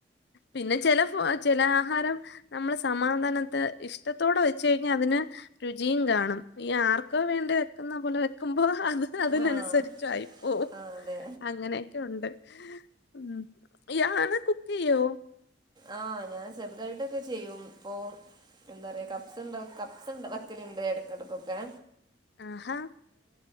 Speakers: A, on the left; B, on the right.
A: പിന്നെ ചെല ഫോ ചെല ആഹാരം നമ്മള് സമാധാനത്തെ ഇഷ്ടത്തോടെ വെച്ച് കഴിഞ്ഞാ അതിന് രുചിയും കാണും ഈ ആർക്കോ വേണ്ടി വെക്കുന്ന പോലെ വെക്കുമ്പോ അത് അതിനനുസരിച്ചായി
B: ആഹ്
A: പോവും
B: ആഹ് അതെ
A: അങ്ങനേക്കെ ഒണ്ട് ഉം ഇയാള് കുക്കെയ്യോ
B: ആ ഞാൻ ചെറുതായിട്ടൊക്കെ ചെയ്യും ഇപ്പൊ എന്താ പറയാ കപ്പ്സ് ഉണ്ടാ കപ്സുണ്ടാ വെക്കലിണ്ട് എടക്കിടക്കൊക്കെ
A: ആഹാ